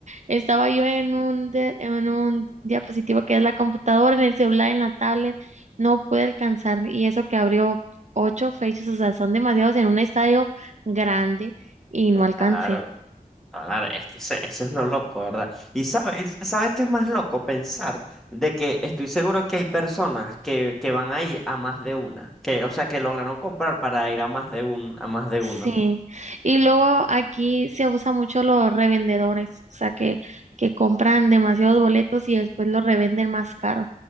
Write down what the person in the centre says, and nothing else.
Claro, claro, es que ese- eso es lo loco, ¿verdad? Y sabes, ¿sabes qué es más loco? Pensar de que estoy seguro que hay personas que, que van ahí a más de una, que, o sea, que lograron comprar para ir a más de un, a más de
uno.